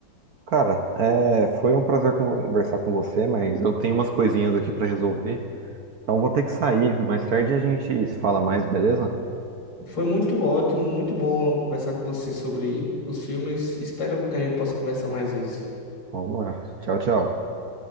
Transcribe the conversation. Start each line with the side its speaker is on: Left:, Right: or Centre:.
Right: Cara, é, foi um prazer conversar com você, mas eu tenho umas coisinhas aqui pra resolver, então vou ter que sair. Mais tarde a gente se fala mais, beleza?
Left: Foi muito ótimo, muito bom conversar com você sobre os filmes. Espero que a gente possa conversar mais vezes.
Right: Vamos lá. Tchau, tchau.